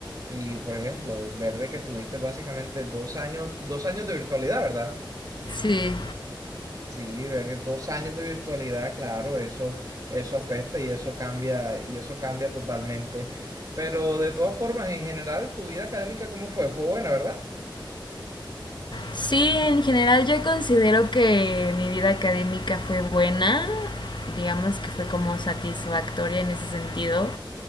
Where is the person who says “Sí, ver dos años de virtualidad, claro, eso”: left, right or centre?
Right